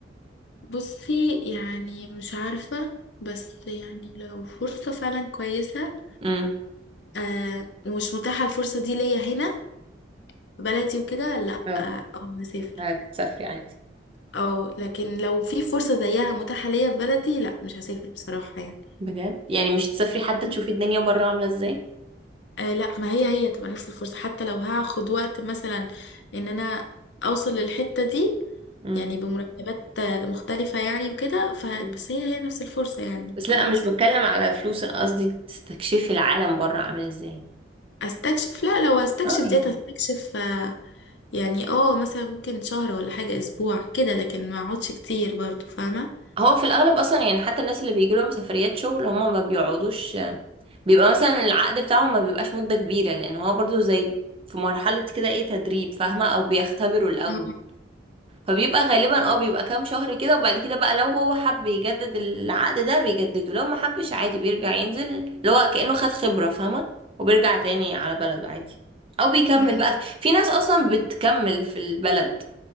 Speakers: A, on the left (about 65°); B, on the right (about 30°).
A: بصي يعني مش عارفة بس يعني لو فرصة فعلا كويسة
B: امم
A: آه ومش متاحة الفرصة دي ليا هنا في بلدي وكده لا
B: اه
A: آه او هسافر
B: هتسافري عادي
A: او لكن لو في فرصة زيها متاحة ليا في بلدي لا مش هسافر بصراحة يعني
B: بجد يعني مش تسافري حتى
A: مهم.
B: تشوفي الدنيا بره عاملة ازاي
A: آه لا ما هي هي هتبقى نفس الفرصة حتى لو هاخد وقت مثلا ان انا اوصل للحتة دي
B: امم
A: يعني بمرتبات آه، مختلفة يعني وكده فبس
B: مم.
A: هي هي نفس الفرصة يعني
B: بس
A: فاهمة
B: لا
A: قصدي
B: مش بتكلم على فلوس انا قصدي تستكشفي العالم بره عامل ازاي
A: استكشف لا لو هستكشف
B: اه يعني
A: ديت هستكشف آه، يعني اه مثلا ممكن شهر ولا حاجة اسبوع كده لكن ما اقعدش كتير برضو فاهمة
B: هو في الاغلب اصلا يعني حتى الناس اللي بيجي لهم سفريات شغل هم ما بيقعدوش بيبقى مثلا العقد بتاعهم ما بيبقاش مدة كبيرة لان هو برضو زي في مرحلة كده ايه تدريب فاهمة او بيختبروا الاول
A: مم.
B: فبيبقى غالبا اه بيبقى كام شهر كده وبعد كده بقى لو هو حب يجدد العقد ده بيجدده لو ما حبش عادي بيرجع ينزل اللي هو كأنه خد خبرة فاهمة وبيرجع تاني على بلده عادي او بيكمل
A: مم.
B: بقى في ناس اصلا بتكمل في البلد